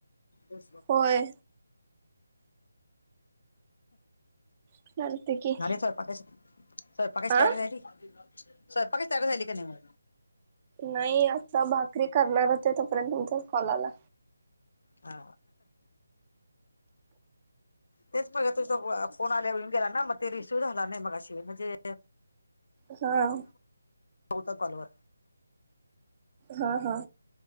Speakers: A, on the left; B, on the right.
A: <unintelligible> झाली
B: होय करते की
A: स्वयंपाकच स्वयंपाकची
B: आ
A: तयार झाली? स्वयंपाकाची तयारी झाली का नाही मग?
B: नाही आता भाकरी करणारच आहे तोपर्यंत तुमच्याच कॉल आला.
A: हा तेच बघत होतो. कोणा आल्या येऊन गेला ना मग ते रिसीव झाला नाही मगाशी म्हणजे
B: हां
A: होतात कॉल वर
B: हा हा